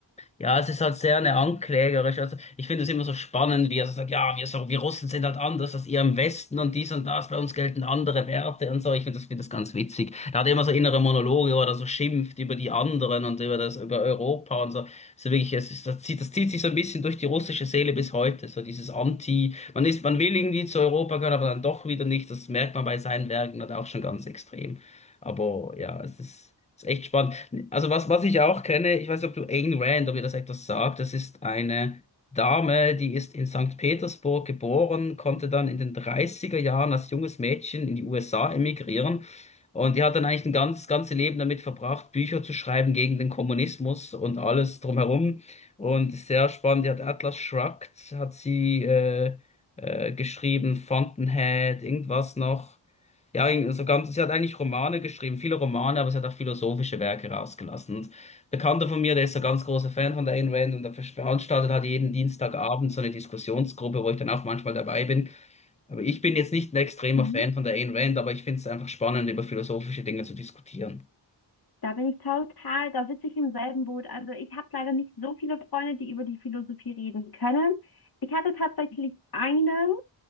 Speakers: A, on the left; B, on the left.
A: Ja, es ist halt sehr eine anklagerisch. Also ich finde es immer so spannend, wie er so sagt, ja, wir, so, wir Russen sind halt anders als ihr im Westen und dies und das, bei uns gelten andere Werte und so. Ich finde das, find das ganz witzig. Er hat immer so innere Monologe, wo er so schimpft über die anderen und über das, über Europa und so. So wirklich, es ist, das zieht, das zieht sich so ein bisschen durch die russische Seele bis heute. So dieses Anti, man ist, man will irgendwie zu Europa gehören, aber dann doch wieder nicht. Das merkt man bei seinen Werken halt auch schon ganz extrem. Aber ja, es ist, ist echt spannend. Also was, was ich auch kenne, ich weiß nicht, ob du Ayn Rand, ob ihr das etwas sagt, das ist eine Dame, die ist in St. Petersburg geboren, konnte dann in den 30er Jahren als junges Mädchen in die USA emigrieren und die hat dann eigentlich ein ganz, ganze Leben damit verbracht, Bücher zu schreiben gegen den Kommunismus und alles drumherum und sehr spannend, die hat Atlas Shrugged, hat sie äh, äh, geschrieben, Fountainhead, irgendwas noch. Ja, so ganz, sie hat eigentlich Romane geschrieben, viele Romane, aber sie hat auch philosophische Werke rausgelassen. Und ein Bekannter von mir, der ist so ein ganz großer Fan von der Ayn Rand und der veranstaltet hat jeden Dienstagabend so eine Diskussionsgruppe, wo ich dann auch manchmal dabei bin. Aber ich bin jetzt nicht ein extremer
B: Mhm.
A: Fan von der Ayn Rand, aber ich finde es einfach spannend, über philosophische Dinge zu diskutieren.
B: Da bin ich total, da sitze ich im selben Boot. Also ich habe leider nicht so viele Freunde, die über die Philosophie reden können. Ich hatte tatsächlich einen,